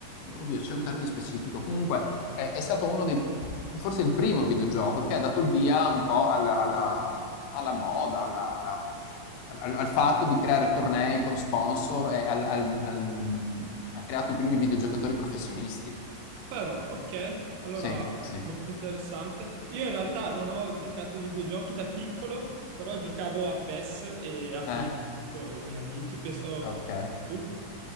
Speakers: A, on the left; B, on the right.
A: oddio, c'è un termine specifico. Comunque è, è stato uno dei, forse il primo videogioco che ha dato il via un po' alla, alla- alla moda, alla, alla- al, al fatto di creare tornei con sponsor e al- al- al- ha creato i primi videogiocatori professionisti.
B: Però, ok, allora,
A: Sì, sì.
B: molto interessante. Io in realtà non ho giocato ai videogiochi da piccolo, però giocavo a PES e a FIFA
A: Eh?
B: con i miei amici, penso
A: Ok.
B: tu.